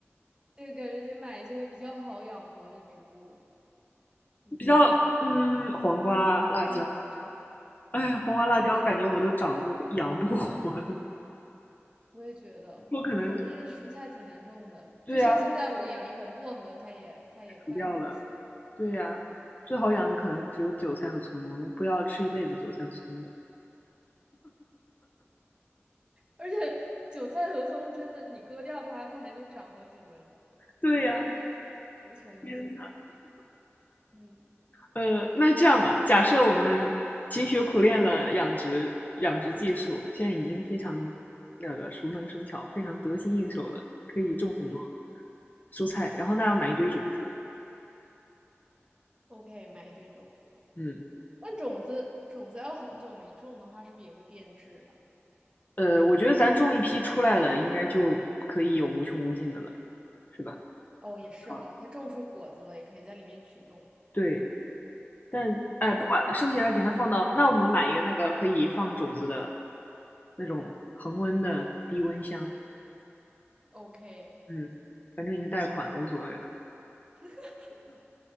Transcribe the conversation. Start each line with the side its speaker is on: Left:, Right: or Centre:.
Right: 对，感觉得买一些比较好养活的植物，嗯，
Left: 比较嗯，黄瓜、辣椒，
Right: 比较好长。
Left: 哎，黄瓜、
Right: 黄，
Left: 辣椒感觉我都长不养不活呢，
Right: 我也觉得，
Left: 我可能
Right: 感觉这蔬菜挺难种的。
Left: 对呀、
Right: 就像现在我养一盆薄荷，
Left: 啊
Right: 它也它也快枯死了，
Left: 死掉了。对呀，
Right: 嗯。
Left: 最好养的可能只有韭菜和葱，我们不要吃一辈子韭菜和葱吧。
Right: 而且韭菜和葱真的，你割掉它，它还能长好几轮，
Left: 对呀，
Right: 好几茬，无穷无尽。
Left: 天呐，
Right: 嗯
Left: 呃，那这样吧，假设我们勤学苦练了养殖养殖技术，现在已经非常那个熟能生巧，非常得心应手了，可以种很多
Right: 嗯
Left: 蔬菜，然后那要买一堆种子，
Right: ，OK，买一堆种子。
Left: 嗯，
Right: 但种子种子要很久没种的话，是不是也会变质啊？
Left: 呃，我觉得咱种一批出来了，应该就可以有无穷无尽的了，是吧？
Right: 哦，也是哈，
Left: 好了，
Right: 它种出果子了，也可以在里面取种子。
Left: 对，但
Right: 嗯
Left: 剩下的给它放到，那我们买一个那个可以放种子的那种恒温的低温箱，
Right: ，OK，
Left: 嗯，反正已经贷款了，无所谓了。
Right: <laughs>